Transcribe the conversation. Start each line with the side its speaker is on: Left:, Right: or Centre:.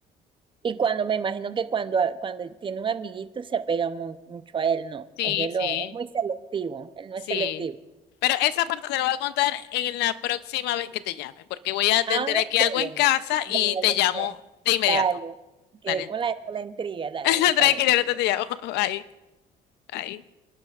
Right: y cuando me imagino que cuando, a- cuando tiene un amiguito se apega mu- mucho a él, no.
Left: Sí,
Right: Es de
Left: sí,
Right: lo, es muy selectivo, él no
Left: sí.
Right: es selectivo.
Left: Pero esa parte te la voy a contar en la próxima vez que te llame, porque voy a atender
Right: Ah,
Left: aquí
Right: chévere.
Left: algo en casa
Right: Dale,
Left: y te llamo
Right: pues,
Left: de inmediato.
Right: dale. Quedé
Left: Dale,
Right: con la, con la intriga, dale,
Left: <laughs>
Right: está
Left: tranquilo,
Right: bien.
Left: ahorita te llamo. <laughs> Bye, bye.